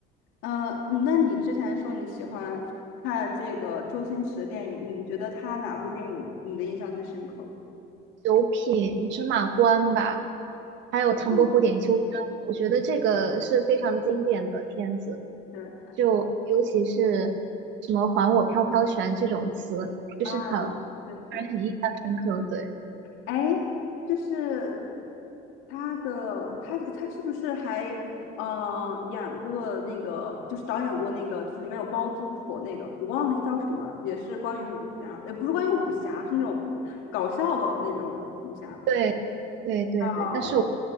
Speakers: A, on the left; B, on the right.
A: 呃，嗯呃那你之前说你喜欢看这个周星驰的电影，你觉得他哪部电影你的印象最深刻？
B: 九品芝麻官吧，还有唐伯虎点秋香，
A: 嗯，
B: 我觉得这个是非常经典的片子。
A: 是
B: 就尤其是什么“还我飘飘拳”这种词，就是很
A: 啊，确实，
B: 让人很印象深刻。对，
A: 哎，就是他的他他是不是还呃演过那个，就是导演过那个，就是里面有包租婆那个，我忘了那个叫什么也是关于武侠，也不是关于武侠，是那种搞笑的那种武侠，
B: 对，对，对，
A: 哦，
B: 对。但是我